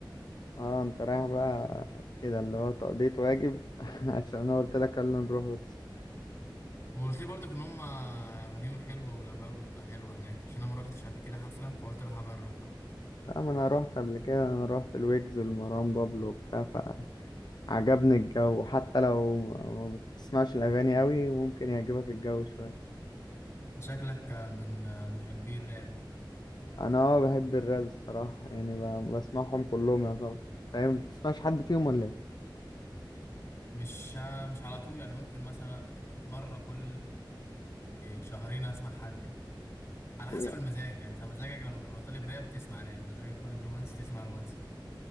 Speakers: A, on the left; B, on the left.
A: اه انت رايح بقى كده اللي هو تقضية واجب <laughs> عشان انا قلت لك يلا نروح بس
B: وقلت لي برضك ان هم اغانيهم حلوه والاجواء بتبقى حلوه هناك عشان انا ما روحتش قبل كده حفله فقلت راح اجرب بقى
A: لا ما انا روحت قبل كده انا روحت الويجز والمروان بابلو وبتاع فعجبني الجو حتى لو ما ما بتسمعش الاغاني قوي ممكن يعجبك الجو شوية
B: شكلك من محبي الراب
A: انا اه بحب الراب الصراحة يعني ب- بسمعهم كلهم يا طبعا طيب ما بتسمعش حد فيهم ولا
B: مش مش على طول يعني ممكن مثلا مرة كل شهرين اسمع حد يعني على حسب
A: ايه
B: المزاج يعني انت مزاجك لما بيبقى طالب راب تسمع راب مزاجك طالب رومانسي تسمع رومانسي